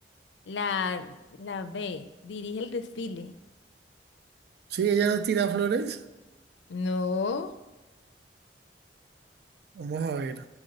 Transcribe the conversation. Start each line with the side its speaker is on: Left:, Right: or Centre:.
Left: La, la B, dirige el desfile.
Right: Sí, ella no tira flores.
Left: No.
Right: Vamos a ver.